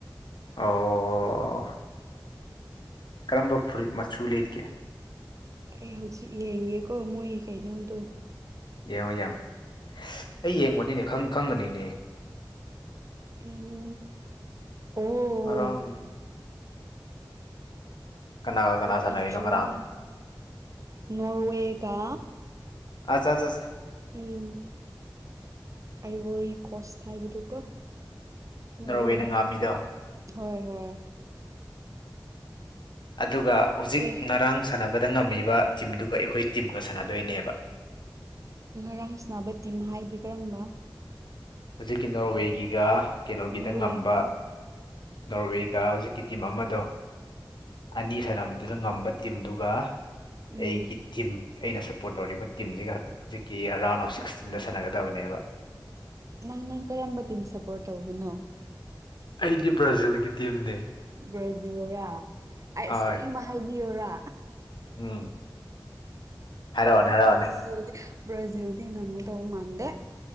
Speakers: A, on the left (about 70°); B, on the right (about 40°).
A: ꯑꯣ ꯀꯔꯝꯕ ꯐꯨꯔꯤꯠ ꯃꯆꯨ ꯂꯤꯠꯀꯦ
B: ꯑꯩ ꯍꯧꯖꯤꯛ ꯌꯦꯡꯒꯦꯀꯣ ꯃꯣꯏ ꯀꯩꯅꯣꯗꯣ
A: ꯌꯦꯡꯉꯣ ꯌꯦꯡꯉꯣ ꯑꯩ ꯌꯦꯡꯕꯅꯤꯅꯦ ꯈꯪ ꯈꯪꯒꯅꯤꯅꯦ
B: ꯎꯝ ꯑꯣ
A: ꯉꯔꯥꯡꯗꯤ ꯀꯅꯥꯒ
B: ꯊ꯭ꯔꯥꯔꯇꯤ
A: ꯀꯅꯥ ꯁꯥꯟꯅꯔꯤꯅꯣ
B: ꯖꯨꯟ
A: ꯉꯔꯥꯡꯗꯣ
B: ꯅꯣꯔꯋꯦꯒ
A: ꯑ ꯆꯥ ꯆꯥ ꯆꯥ
B: ꯎꯝ ꯑꯥꯏꯕꯣꯔꯤ ꯀꯣꯁ ꯍꯥꯏꯕꯗꯨ ꯀꯣ ꯅꯣꯔꯋꯦ
A: ꯅꯣꯔꯋꯦꯅ ꯉꯥꯝꯃꯤꯗꯣ
B: ꯍꯣꯏ ꯍꯣꯏ
A: ꯑꯗꯨꯒ ꯍꯧꯖꯤꯛ
B: ꯑꯦ
A: ꯉꯔꯥꯡ ꯁꯥꯟꯅꯕꯗ ꯉꯝꯃꯤꯕ ꯇꯤꯝꯗꯨꯒ ꯑꯩꯈꯣꯏ ꯇꯤꯝꯒ ꯁꯥꯟꯅꯗꯣꯏꯅꯦꯕ
B: ꯉꯔꯥꯡ ꯁꯅꯥꯕ ꯇꯤꯝ ꯍꯥꯏꯗꯤ ꯀꯔꯝꯕ
A: ꯍꯧꯖꯤꯛꯀꯤ ꯅꯣꯔꯋꯦꯒꯤꯒ ꯀꯩꯅꯣꯒꯤꯗ
B: ꯅꯣꯔꯋꯦꯒ
A: ꯉꯝꯕ ꯅꯣꯔꯋꯦꯒ ꯍꯧꯖꯤꯛꯀꯤ ꯇꯤꯝ ꯑꯃꯗꯣ ꯑꯅꯤ ꯁꯥꯟꯅꯕꯗꯨꯗ ꯉꯝꯕ ꯇꯤꯝꯗꯨꯒ
B: ꯎꯝ
A: ꯑꯩꯒꯤ ꯇꯤꯝ ꯑꯩꯅ ꯁꯞꯄꯣꯔꯠ ꯇꯧꯔꯤꯕ ꯇꯤꯝꯖꯤꯒ ꯍꯧꯖꯤꯛꯀꯤ ꯔꯥꯎꯟ ꯑꯣꯐ ꯁꯤꯛꯁꯇꯤꯟꯗ ꯁꯥꯟꯅꯒꯗꯕꯅꯦꯕ
B: ꯅꯪ ꯅꯪ ꯀꯔꯝꯕ ꯇꯤꯝ ꯁꯞꯄꯣꯔꯠ ꯇꯧꯕꯅꯣ
A: ꯑꯩꯗꯤ ꯕ꯭ꯔꯥꯖꯤꯜꯒꯤ ꯇꯤꯝꯅꯦ
B: ꯕ꯭ꯔꯥꯖꯤꯜꯔꯥ ꯑꯩ
A: ꯍꯣꯏ
B: ꯑꯁꯦꯡꯕ ꯍꯥꯏꯕꯤꯌꯣꯔꯥ
A: ꯎꯝ ꯍꯥꯏꯔꯛꯑꯣꯅꯦ ꯍꯥꯏꯔꯛꯑꯣꯅꯦ
B: ꯕ꯭ꯔꯖꯤꯜꯗꯤ ꯕ꯭ꯔꯥꯖꯤꯜꯗꯤ ꯉꯝꯒꯗꯧ ꯃꯥꯟꯗꯦ